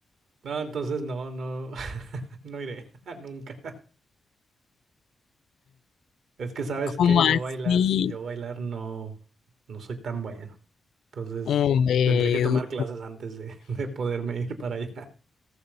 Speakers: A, on the right; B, on the left.
A: No, entonces no, no, <laughs> no iré <laughs> nunca. Es que sabes
B: ¿Cómo
A: qué,
B: así?
A: yo bailar, yo bailar no, no soy tan bueno. Entonces
B: Hombre,
A: tendré que tomar
B: Edu.
A: clases antes de, <laughs> de poderme ir para allá.